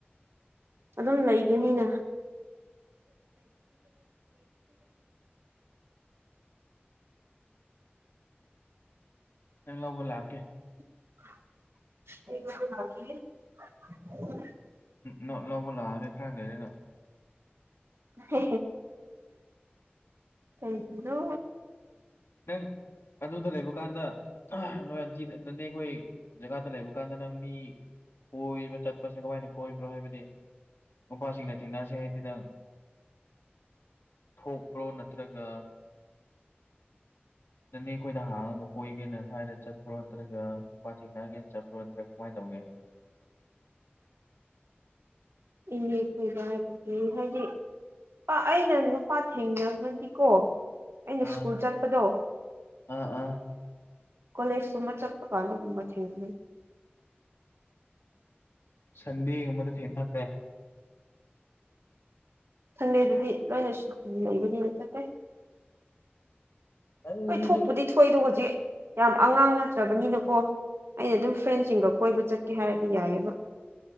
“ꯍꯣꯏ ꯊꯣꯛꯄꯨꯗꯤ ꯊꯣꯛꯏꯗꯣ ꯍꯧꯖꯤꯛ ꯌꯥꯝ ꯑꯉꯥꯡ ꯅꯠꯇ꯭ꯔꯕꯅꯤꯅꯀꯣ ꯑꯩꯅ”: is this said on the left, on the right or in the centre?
Right